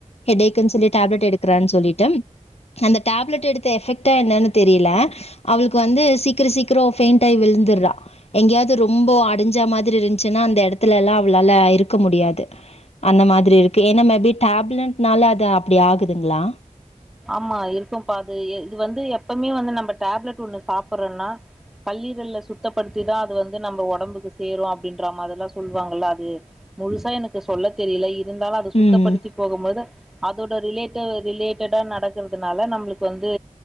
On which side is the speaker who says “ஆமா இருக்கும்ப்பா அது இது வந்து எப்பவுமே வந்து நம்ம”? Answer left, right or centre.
Centre